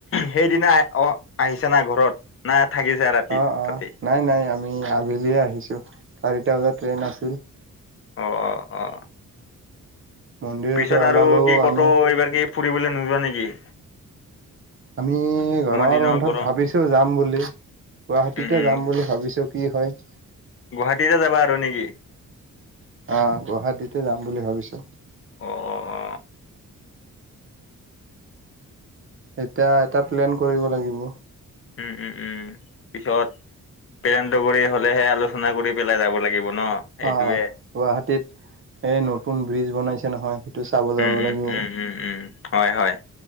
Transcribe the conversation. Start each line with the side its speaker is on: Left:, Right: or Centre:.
Left: সেইদিনা অহ, আহিছে না ঘৰত না থাকিছা ৰাতি
Right: অ-অ
Left: তাতে
Right: নাই-নাই আমি আবেলিয়ে আহিছো চাৰিটা বজাত ট্ৰেইন আছিল।
Left: অ-অ-অ।
Right: মন্দিৰৰ
Left: পিছত
Right: পৰা
Left: আৰু
Right: ওলালো
Left: কি কত
Right: আমি
Left: এইবাৰ কি ফুৰিবলৈ নোযোৱা নেকি?
Right: আমি গৰমৰ
Left: দিনৰ
Right: বন্ধত
Left: গৰম
Right: ভাবিছো যাম বুলি। গুৱাহাটীতে
Left: উম উম
Right: যাম বুলি ভাবিছো কি হয়।
Left: গুৱাহাটীতে যাবা আৰু নেকি?
Right: অহ, গুৱাহাটীতে যাম বুলি ভাবিছো।
Left: অ অ অ
Right: এতিয়া এটা প্লেন কৰিব লাগিব।
Left: উম-উম-উম পিছত পেৰেণ্ডগৰ হলেহে আলোচনা কৰি পেলাই যাব লাগিব। ন সেইটোয়ে
Right: অ, গুৱাহাটীত এই নতুন ব্ৰিজ বনাইছে নহয়। চাব যাব
Left: উম-উম-উম-উম-উম-
Right: লাগিব
Left: উম। হয়-হয়